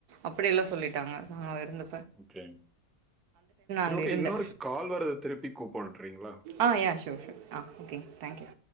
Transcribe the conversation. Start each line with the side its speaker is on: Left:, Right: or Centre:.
Right: அப்டியெல்லா சொல்லிட்டாங்க நா இருந்த
Centre: ஓகே சரி
Right: அங்க
Centre: ஓகே
Right: இருந்தே
Centre: இன்னொரு கால் வருது திருப்பி கூப்புட்றீங்களா
Right: ஆ யா ஷோர் ஷோர் ஆ ஓகே தேங்க் யூ